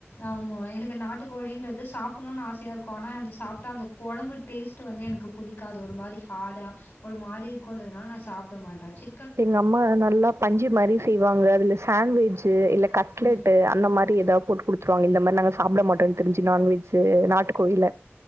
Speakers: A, on the left; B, on the right.
A: ஆம்மா எனக்கு நாட்டு கோழின்றது சாப்புண்ணுனு ஆசையா இருக்கு ஆனா அது சாப்டா அந்த கொழம்பு டேஸ்ட்டு வந்து எனக்கு புடிக்காது ஒரு மாரி ஹார்டா ஒரு மாரி இருக்குன்றதுனால நா சாப்ட மாட்டே சி
B: எங்க அம்மா நல்லா பஞ்சு மாரி செய்வாங்க அதுல சாண்ட்விஜு இல்லக் கட்லெட்டு
A: ம்.
B: அந்த மாரி ஏதா போட்டு குடுத்துருவாங்க இந்த மாரி நாங்க சாப்பிட மாட்டன்னு தெரிஞ்சு நான்வெஜ்ஜு பாட்டு கோயில்ல